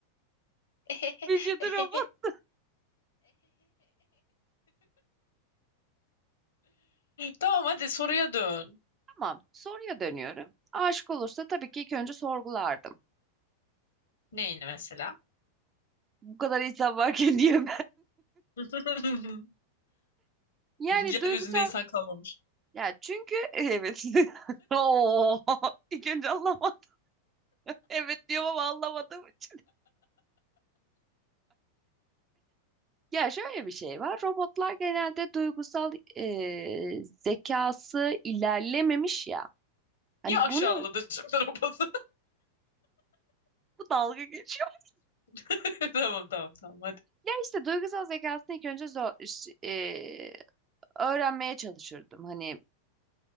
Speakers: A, on the left (about 65°); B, on the right (about 25°).
A: <laughs>
B: Vücudu robot.
A: Tamam hadi soruya dön.
B: Tamam. Soruya dönüyorum. Aşık olursa tabii ki ilk önce sorgulardım.
A: Neyini mesela?
B: Bu kadar insan varken <laughs> niye
A: <laughs>
B: Yani
A: Yeryüzünde
B: duygusal
A: insan kalmamış.
B: ya çünkü <laughs> evet. <laughs> Oo, ilk önce anlamadım. <laughs> Evet diyorum ama anlamadığım için. Ya şöyle bir şey var. Robotlar genelde duygusal e, zekası ilerlememiş ya. Hani
A: Niye aşağıladı
B: bunu
A: şimdi robotu?
B: bu dalga geçiyor.
A: <laughs> Tamam tamam tamam hadi.
B: Ya işte duygusal zekasını ilk önce zor, e, öğrenmeye çalışırdım. Hani